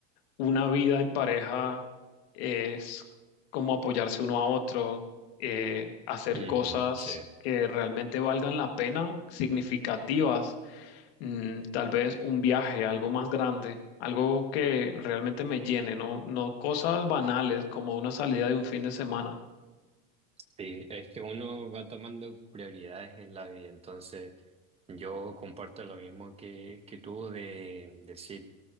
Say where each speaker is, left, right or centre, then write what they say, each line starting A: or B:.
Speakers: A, on the left (about 75°); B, on the right (about 20°).
A: una vida en pareja es como apoyarse uno a otro, eh, hacer
B: ujú,
A: cosas
B: sí.
A: que realmente valgan la pena, significativas, mm, tal vez un viaje, algo más grande. Algo que realmente me llene, no, no cosas banales como una salida de un fin de semana.
B: Sí, es que uno va tomando prioridades en la vida, entonces yo comparto lo mismo que, que tú de decir,